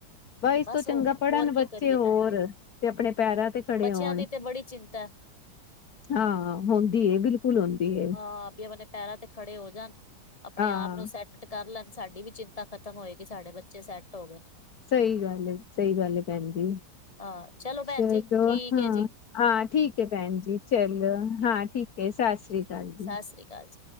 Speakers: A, on the left (about 50°); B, on the left (about 15°).
A: ਬ ਇਸ
B: ਬਸ
A: ਤੋਂ ਚੰਗਾ
B: ਉਹ
A: ਪੜ੍ਹਨ
B: ਹੋਰ
A: ਬੱਚੇ
B: ਕੀ ਕਰੀਏ।
A: ਹੋਰ
B: ਭੈਣ ਜੀ
A: ਤੇ ਆਪਣੇ ਪੈਰਾਂ ਤੇ ਖੜੇ
B: ਬੱਚਿਆਂ
A: ਹੋਣ
B: ਦੀ ਤੇ ਬੜੀ ਚਿੰਤਾ ਏ
A: ਹਾਂ ਹੁੰਦੀ ਏ ਬਿਲਕੁਲ ਹੁੰਦੀ ਏ
B: ਹਾਂ ਵੀ ਆਪਣੇ ਪੈਰਾਂ ਤੇ ਖੜੇ ਹੋ ਜਾਣ। ਆਪਣੇ
A: ਹਾਂ
B: ਆਪ ਨੂੰ ਸੈਟ ਕਰ ਲੈਣ ਸਾਡੀ ਵੀ ਚਿੰਤਾ ਖ਼ਤਮ ਹੋਏਗੀ‌। ਸਾਡੇ ਬੱਚੇ ਸੈੱਟ ਹੋ ਗਏ।
A: ਸਹੀ ਗੱਲ ਏ ਸਹੀ ਗੱਲ ਏ ਭੈਣ ਜੀ
B: ਹਾਂ ਚਲੋ ਭੈਣ
A: ਚਲੋ
B: ਜੀ ਠੀਕ
A: ਹਾਂ
B: ਹੈ ਜੀ
A: ਆ ਠੀਕ ਹੈ ਭੈਣ ਜੀ ਚਲੋ ਹਾਂ। ਠੀਕ ਹੈ ਸਤਿ ਸ੍ਰੀ ਅਕਾਲ, ਜੀ
B: ਸਤਿ ਸ੍ਰੀ ਅਕਾਲ ਜੀ